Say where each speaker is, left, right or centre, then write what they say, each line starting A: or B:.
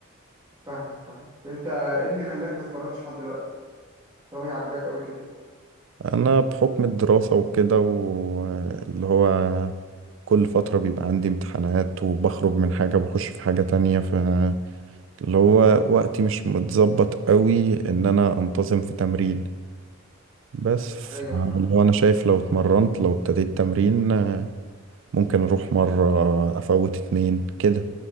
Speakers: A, on the right; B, on the right.
A: فاهمك فاهم طب انت ايه اللي خلاك ما تتمرنش لحد دلوقتي طالما هي عاجباك قوي كده
B: انا بحكم الدراسة وكده واللي هو كل فترة بيبقى عندي امتحانات وبخرج من حاجة بخش في حاجة تانية ف اللي هو وقتي مش متظبط قوي ان انا انتظم في تمرين بس ف-
A: ايوه فاهم
B: اللي هو انا شايف لو اتمرنت لو ابتديت تمرين آه، ممكن اروح مرة افوت اتنين كده